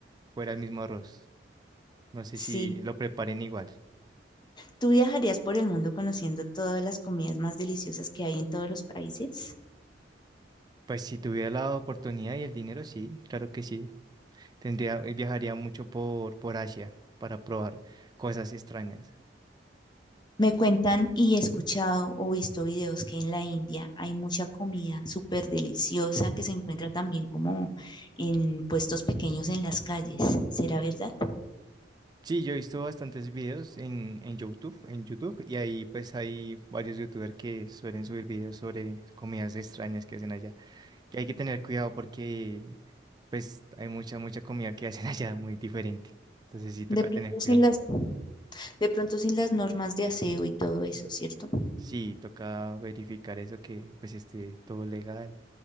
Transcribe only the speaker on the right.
fuera el mismo arroz. No sé
si lo preparen igual.
Pues si tuviera la oportunidad y el dinero, sí, claro que sí. Tendría, viajaría mucho por, por Asia para probar cosas extrañas.
Sí, yo he visto bastantes videos en, en YouTube, en YouTube, y ahí pues hay varios youtubers que suelen subir videos sobre comidas extrañas que hacen allá, que hay que tener cuidado porque pues hay mucha, mucha comida que hacen <laughs> allá muy diferente, entonces sí toca
tener cuidado.
Sí, toca verificar eso que pues esté todo legal